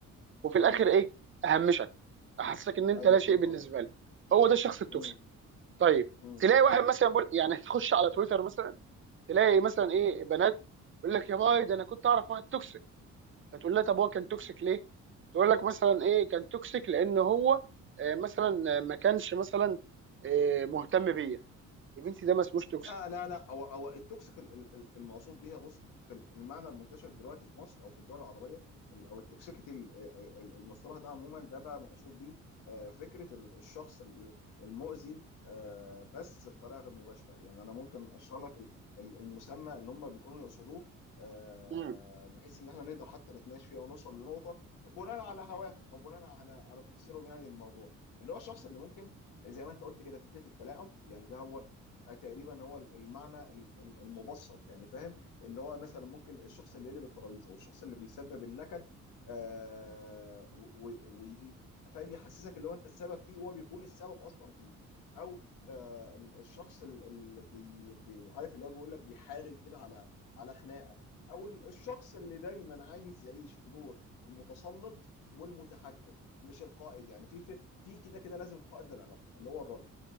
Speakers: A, on the right; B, on the left.
A: وفي الاخر
B: مم.
A: ايه اهمشك احسسك
B: مم.
A: ان انت
B: ايوه
A: لا شيء
B: فهمت
A: بالنسبه
B: قصدك
A: لي هو ده الشخص التوكسيك
B: مم.
A: طيب
B: مم.
A: تلاقي واحد مثلا بقول يعني تخش على تويتر مثلا تلاقي مثلا ايه بنات يقول لك يا باي ده انا كنت اعرف واحد توكسيك فتقول لها طب هو كان توكسيك ليه؟ تقول لك مثلا ايه كان توكسيك لان هو آه، مثلا آه، ما كانش مثلا آه، مهتم بيا يا بنتي ده ما اسموش توكسيك
B: لا لا لا هو هو التوكسيك ال- ال- ال- المقصود بيها بص في المعنى المنتشر دلوقتي في مصر او في الدول العربيه ال- او التوكسيكيتي ال- آه، آه، ال- المصطلح ده عموما ده بقى مقصود بيه آه، فكره ال- الشخص ال- المؤذي آه، بس بطريقه غير مباشره يعني انا ممكن اشرح لك ال- ال- المسمى اللي هم بيكونوا يقصدوه آه،
A: امم
B: بحيث ان احنا نقدر حتى نتناقش فيه او نوصل لنقطه بناء على هواهم او بناء على على تفسيرهم يعني الموضوع اللي هو الشخص اللي ممكن زي ما انت قلت كده فكره التلاعب يعني ده هو آه، تقريبا هو المعنى ال- ال- المبسط يعني فاهم ان هو مثلا ممكن الشخص اللي يقلب الترابيزه والشخص اللي بيسبب النكد آه و- و- و- فاهم يحسسك اللي هو انت السبب فيه وهو بيكون السبب اصلا فيه او آه الشخص ال- اللي بي بي- عارف اللي هو بيقول لك بيحارن كده على على خناقه او ال- الشخص اللي دايما عايز يعيش في دور المتسلط والمتحكم مش القائد يعني في في في كده كده لازم قائد للعلاقه اللي هو الراجل